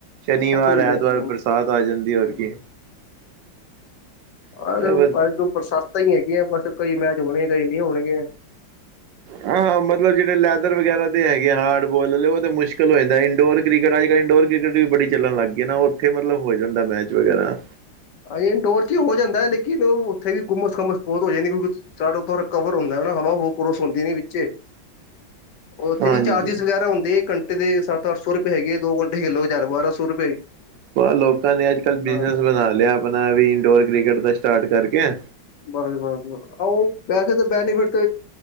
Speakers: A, on the right; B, on the left.
A: ਸ਼ਨੀਵਾਰ,
B: ਹਾਂਜੀ
A: ਐਤਵਾਰ
B: ਹਾਂਜੀ ਹਾਂਜੀ।
A: ਬਰਸਾਤ ਆ ਜਾਂਦੀ ਹੋਰ ਕੀ।
B: ਹਾਂਜੀ
A: ਅ
B: ਆਜੋ
A: ਬ
B: ਵਾਏਗੁਰੂ ਪ੍ਰਸ਼ਾ ਤਈਂ ਹੈਗੀਐ ਬਸ ਕਈ ਮੈਚ ਹੋਨੇ ਕਈ ਨਈਂ ਹੋਨਗੇ।
A: ਹਾਂ ਮਤਲਬ ਜੇ ਜੇੜੇ ਲੈਦਰ ਵਗੈਰਾ ਦੇ ਹੈਗੇ ਹਾਰਡਬੋਲ ਓ ਤੇ ਮੁਸ਼ਕਿਲ ਹੋ ਜਾਂਦਾ ਇਨਡੋਰ ਕ੍ਰਿਕਟ ਅੱਜ-ਕੱਲ ਇਨਡੋਰ ਕ੍ਰਿਕਟ ਵੀ ਬੜੀ ਚੱਲਨ ਲਾਗੀ। ਕਿਨਾ, ਉੱਥੇ ਮਤਲਬ ਹੋ ਜਾਂਦਾ ਮੈਚ ਵਗੈਰਾ।
B: ਅ ਇੰਡੋਰ ਚੀ ਹੋ ਜਾਂਦਾ ਲੇਕਿਨ ਓ ਓਥੇ ਵੀ ਘੁੰਮਸ ਘਾਮਸ ਬੋਤ ਹੋ ਜਾਂਦੀ ਕਿਓਂਕਿ ਚਾਰੋਂ ਤਰਫ ਕਵਰ ਹੁੰਦਾ ਹਵਾ ਹੂਵਾ ਕਰੌਸ ਹੁੰਦੀ ਨੀ ਵਿੱਚੇ। ਓਥੇ
A: ਹਾਂਜੀ।
B: ਵੀ ਚਾਰਜਿਸ ਵਗੈਰਾ ਹੁੰਦੇ ਆ ਘੰ ਦੇ ਸੱਤ ਅੱਠ ਸੌ ਰੁਪਏ ਹੈਗੇ ਦੋ ਘੰਟੇ ਖੇਲੋ ਜ਼ਾਰ ਬਾਰਾਂ ਸੌ ਰੁ
A: ਲੋਕਾਂ ਨੇ ਅੱਜ-ਕੱਲ੍ਹ ਬਿਜਨਸ
B: ਹਾਂ
A: ਬਣਾ ਲਿਆ ਆਪਣਾ ਵੀ, ਇੰਡੋਰ ਕ੍ਰਿਕਟ ਦਾ ਸਟਾਰਟ ਕਰਕੇ।
B: ਬਸ-ਬੱਸ ਆ ਓ ਪੈਸੇ ਤਾਂ ਬੈਨੀਫਿਟ